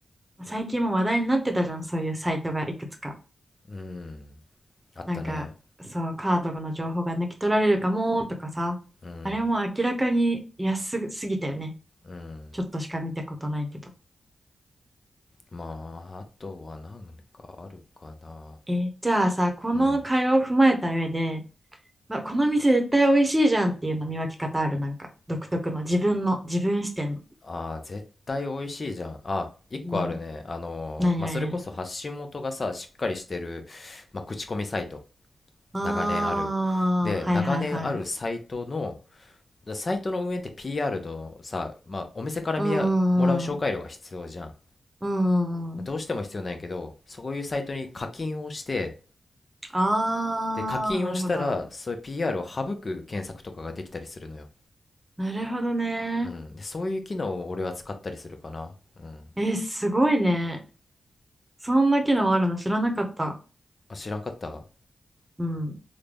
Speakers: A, on the right (about 20°); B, on the left (about 45°).
A: 最近も話題になってたじゃん、そういうサイトがいくつか。
B: うんあったね
A: なんか、そう、カードの情報が抜き取られるかもとかさ。
B: うん
A: あれも明らかに安すぎたよね。
B: うん
A: ちょっとしか見たことないけど。
B: まああとは何かあるかな
A: えーじゃあさ、この会話を踏まえた上で、
B: うん
A: まこの店絶対美味しいじゃんっていうの見分け方ある、なんか、独特の、自分の、自分視点の。
B: ああ、絶対美味しいじゃん。あ、一個あるね。
A: うん
B: あのーまあ、
A: 何何
B: それこそ発信元がさ、しっかりしてる、まあ、口コミサイト。
A: ああー、
B: 長年ある。で、長年あるサイトの、
A: はいはいはい。
B: だサイトの運営って PR のさ、まあ、お店から見や、
A: うんうんうん。
B: もらう紹介料が必要じゃん。
A: うんうんうん。
B: まあどうしても必要なんやけど、そういうサイトに課金をして、
A: ああ、
B: で、課金をしたら、
A: なるほど。
B: そういう PR を省く検索とかができたりするのよ。
A: なるほどね。
B: うん。で、そういう機能を俺は使ったりするかな。うん。
A: え、すごいね。そんな機能あるの知らなかった。
B: あ、知らんかった
A: うん。